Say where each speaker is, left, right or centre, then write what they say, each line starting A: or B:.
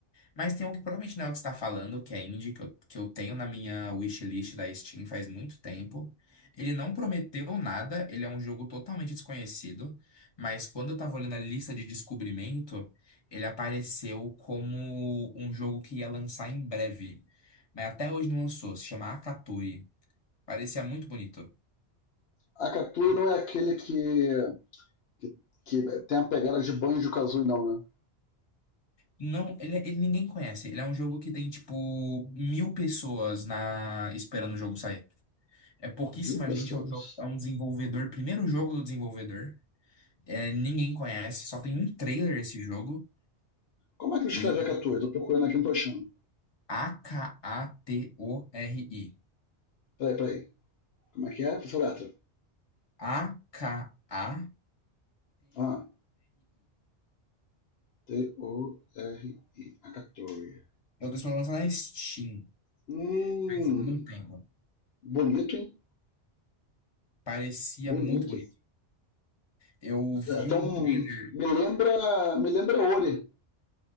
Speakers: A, on the left; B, on the left.
A: Mas tem um que provavelmente não é o que você tá falando, que é indie, que eu, que eu tenho na minha wishlist da Steam faz muito tempo. Ele não prometeu nada, ele é um jogo totalmente desconhecido, mas quando eu tava olhando a lista de descobrimento, ele apareceu como um jogo que ia lançar em breve. Mas até hoje não lançou, se chama Akatori. Parecia muito bonito.
B: A Katui
A: Ah,
B: não é aquele que, que, que tem a pegada de Banjo Kazooie, não, né?
A: Não, ele, ele ninguém conhece. Ele é um jogo que tem, tipo, mil pessoas na esperando o jogo sair. É pouquíssima
B: Mil pastores.
A: gente, é um jogo, é um desenvolvedor, primeiro jogo do desenvolvedor. É, ninguém conhece, só tem um trailer esse jogo.
B: Como é que eu
A: E
B: escrevi a 14? Tô procurando aqui, não tô achando.
A: A-K-A-T-O-R-I.
B: Peraí, peraí. Como é que é? Essa letra.
A: A-K-A-T-O-R-I.
B: Ah, T-O-R-I, a 14.
A: Eu estou lançando na Steam,
B: Hum,
A: faz muito tempo.
B: bonito, hein?
A: Parecia
B: Bonito.
A: muito bonito. Eu vi
B: Até
A: um
B: um.
A: trailer
B: Me lembra. Me lembra Ori.